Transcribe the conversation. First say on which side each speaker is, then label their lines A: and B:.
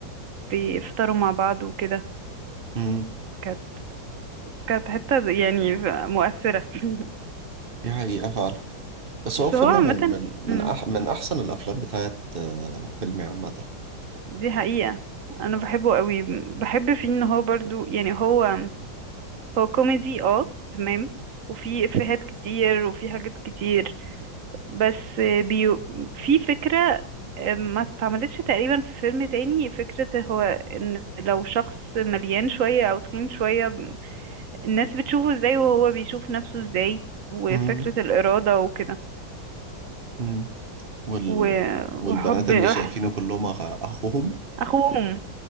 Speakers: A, on the right; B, on the right.
A: بيفطروا مع بعض وكده
B: مم.
A: كانت كانت حتة يعني مؤثرة <laughs>
B: دي حقيقة فعلا بس
A: بس
B: هو فيلم
A: هو عامة
B: من من من
A: مم،
B: أح من أحسن الأفلام بتاعت آه، حلمي عامة
A: دي حقيقة أنا بحبه قوي بحب فيه إن هو برضو يعني هو هو كوميدي اه تمام وفي إفيهات كتير وفي حاجات كتير بس بيو في فكرة آه، ما اتعملتش تقريبا في فيلم تاني فكرة هو ان لو شخص مليان شوية او تخين شوية الناس بتشوفه ازاي وهو بيشوف نفسه ازاي وفكرة
B: مم.
A: الإرادة وكده
B: مم. وال
A: و-
B: والبنات
A: وحب
B: اللي
A: <laughs>
B: شايفينه كلهم أخ- أخوهم
A: اخوهم